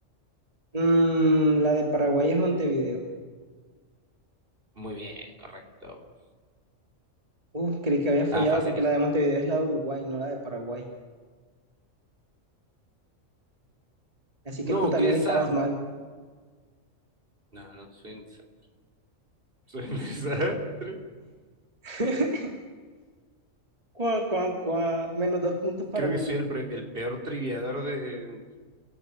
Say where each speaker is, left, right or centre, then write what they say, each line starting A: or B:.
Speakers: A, on the right (about 30°); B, on the right (about 45°).
A: Mm, la de Paraguay es Montevideo.
B: Muy bien, correcto.
A: Uf, creí que había
B: Estaba
A: fallado
B: fácil
A: porque
B: eso.
A: la de Montevideo es la de Uruguay, no la de Paraguay. Así
B: No,
A: que tú también
B: ¿qué es
A: estabas
B: Sound?
A: mal.
B: No, no, soy un, desa- soy un <laughs> desastre.
A: <laughs> Cuá, cuá, cuá. Menos dos puntos para
B: Creo
A: los
B: que soy
A: dos.
B: el, pre- el peor triviador de,